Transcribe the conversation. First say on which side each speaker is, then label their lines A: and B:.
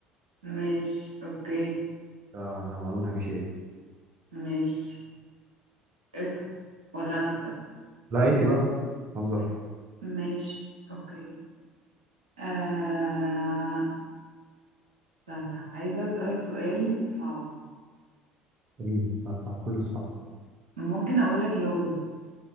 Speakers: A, on the right; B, on the right.
A: ماشي اوكي
B: آه معلومه هامشيه
A: ماشي اسأل ولا انا اسأل
B: لا انت بقى هزر
A: ماشي اوكي آه... استنى عايزة اسألك سؤال صعب
B: كريمة بتاع كل الصعب
A: ممكن اقول لك لغز